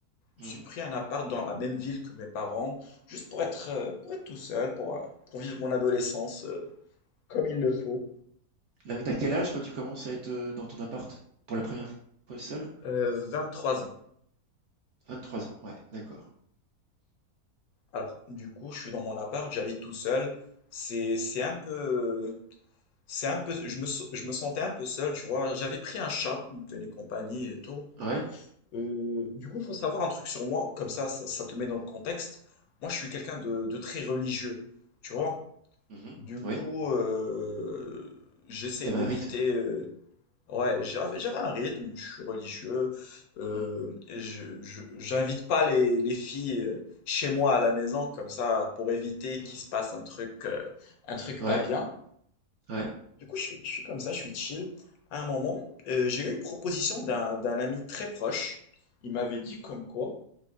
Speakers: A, on the right (about 65°); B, on the left (about 70°).
A: Mmh
B: J'ai pris un appart dans la même ville que mes parents, juste pour être, euh, pour être tout seul, pour, euh, pour vivre mon adolescence euh, comme il le faut.
A: Là, tu quel âge quand tu commences à être, heu, dans ton appart pour la première fois seul
B: Euh, trois ans.
A: Vingt-trois ans, ouais, d'accord.
B: Alors, du coup, je suis dans mon appart, j'habite tout seul. C'est, c'est un peu, c'est un peu, je me, so- je me sentais un peu seul, tu vois. J'avais pris un chat,
A: Mmh.
B: il me tenait compagnie et tout.
A: Ouais.
B: Euh, du coup, faut savoir un truc sur moi, comme ça, ça, ça te met dans le contexte. Moi, je suis quelqu'un de, de très religieux, tu vois.
A: Mmh
B: Du coup,
A: Oui,
B: euh, j'essaye
A: T'avais
B: d'éviter.
A: un rythme.
B: euh, Ouais, j'avais j'avais un rythme, je suis religieux, euh,
A: Mmh.
B: je, je- j'invite pas les, les filles euh, chez moi à la maison comme ça pour éviter
A: Mmh
B: qu'il se passe un truc, euh, un truc
A: Ouais,
B: pas bien.
A: ouais.
B: Du coup, je suis, je suis comme ça, je suis chill. À un moment, euh, j'ai eu une proposition d'un, d'un ami très proche. Il m'avait dit comme quoi,